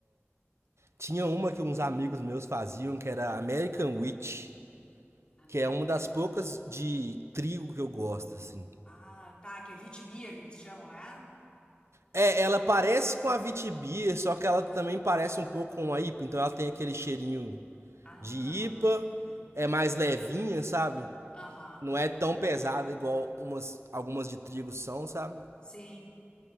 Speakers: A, on the right; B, on the left.
A: Tinha uma que uns amigos meus faziam, que era American Wheat,
B: Amém?
A: que é uma das poucas de trigo que eu gosto,
B: Trigo.
A: assim.
B: Ah, tá, que é Witbier que eles chamam, né?
A: É, ela parece com a Witbier, só que ela também parece um pouco com a IPA, então ela tem aquele cheirinho
B: Ah,
A: de
B: uma
A: IPA,
B: mistura.
A: é mais levinha, sabe?
B: Aham,
A: Não é tão pesada igual umas, algumas de trigo são, sabe?
B: sim,